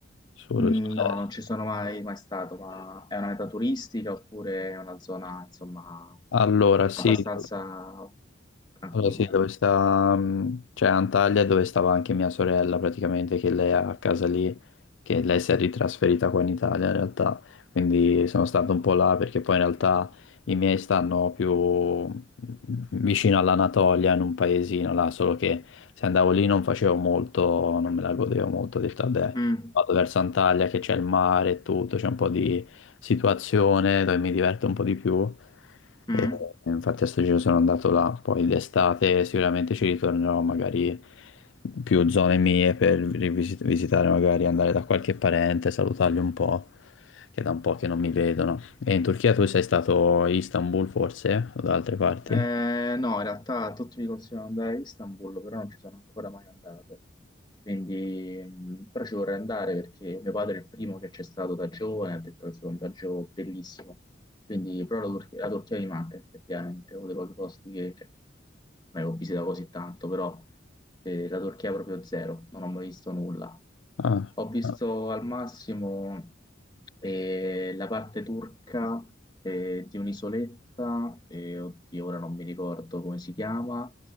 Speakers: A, on the left (about 80°); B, on the left (about 25°).
A: sul...
B: Mm,
A: sul-
B: No, non ci sono mai, mai stato, ma è una meta turistica oppure è una zona, insomma,
A: Allora, sì,
B: abbastanza tranquilla.
A: Allora, sì, dove sta, mh, cioè Antalya è dove stava anche mia sorella praticamente, che lei ha a casa lì, che lei si è ritrasferita qua in Italia in realtà, quindi sono stato un po' là perché poi in realtà i miei stanno più mm, vicino all'Anatolia in un paesino là, solo che se andavo lì non facevo molto, non me la godevo molto, ho detto vabbè,
B: Mm,
A: vado verso Antalya che c'è il mare e tutto, c'è un po' di situazione dove mi diverto un po' di più.
B: mm.
A: E, e infatti a sto giro sono andato là, poi d'estate sicuramente ci ritornerò magari più zone mie per rivisit- visitare, magari andare da qualche parente, salutarli un po', che è da un po' che non mi vedono. E in Turchia tu sei stato a Istanbul forse o da altre parti?
B: Eh, no, in realtà tutti mi consigliano di andare a Istanbul, però non ci sono ancora mai andato. Quindi, mh, però ci vorrei andare perché mio padre è il primo che c'è stato da giovane, ha detto che è stato un viaggio bellissimo. Quindi, però la, Tur- la Turchia mi manca effettivamente, è uno dei pochi posti che cioè, non è che ho visitato così tanto, però eh, la Turchia è proprio zero, non ho mai visto nulla.
A: Ah,
B: Ho visto
A: ah,
B: al massimo eh, la parte turca eh, di un'isoletta, eh, oddio, ora non mi ricordo come si chiama,